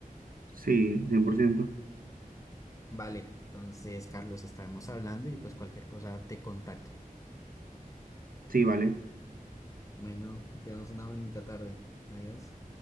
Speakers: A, on the right; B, on the left.
A: Sí, cien por ciento
B: Vale, entonces Carlos, estamos hablando y pues cualquier cosa te contacto.
A: Sí, vale.
B: Bueno, que tengamos una bonita tarde. Adiós.